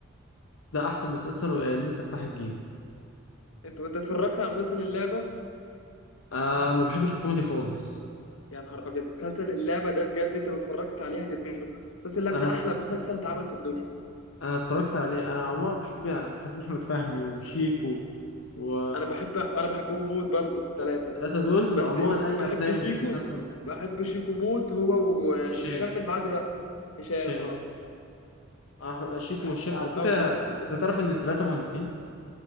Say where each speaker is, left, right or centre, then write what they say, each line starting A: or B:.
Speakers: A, on the left; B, on the left.
A: ده احسن مسلسل ليه سفاح الجيزه
B: انت انت اتفرجت على مسلسل اللعبه
A: آه ما بحبش الكوميدي خالص
B: يا نهار ابيض مسلسل اللعبه ده بجد انت لو اتفرجت عليه هتدمنه مسلسل اللعبه
A: انا
B: ده احلى مسلسل اتعمل في الدنيا
A: انا اتفرجت عليه انا عموما بحب بحب احمد فهمي وشيكو و...
B: انا بحب انا بحبهم موت برضو ثلاثه
A: والثلاثه دول
B: بس
A: عموما اي
B: بحب
A: افلام
B: شيكو
A: ومسلسلات
B: بحب شيكو موت هو واللي
A: هشام
B: مكمل معاه دلوقتي هشام
A: هشام
B: اه
A: أح- شيكو
B: بحبهم
A: وهشام على
B: قوي
A: فكره انت تعرف ان الثلاثه مهندسين